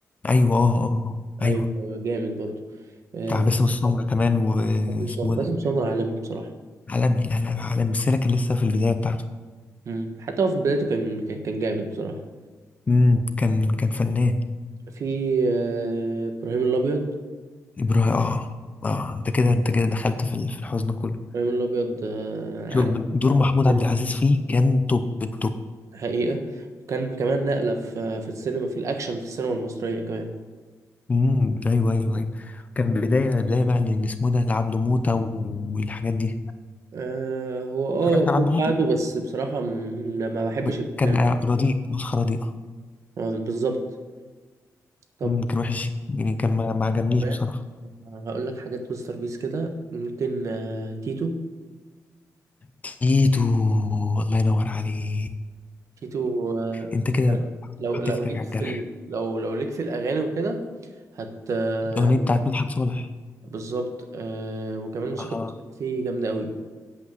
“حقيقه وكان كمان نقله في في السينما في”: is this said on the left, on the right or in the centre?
Right